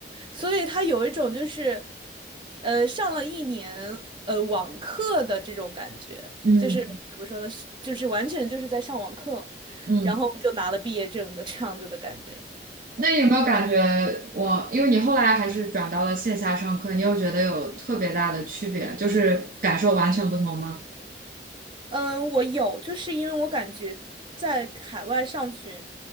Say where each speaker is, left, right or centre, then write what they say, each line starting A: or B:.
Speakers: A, on the right (about 25°); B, on the right (about 50°).
A: 所以他有一种就是，呃，上了一年呃网课的这种感觉，
B: 嗯
A: 就是怎么说呢，是就是完全就是在上网课，
B: 嗯。
A: 然后就拿了毕业证的这样子的感觉。
B: 那你有没有感觉我，因为你后来还是转到了线下上课，你有觉得有特别大的区别，就是感受完全不同吗？
A: 嗯，我有，就是因为我感觉在海外上学，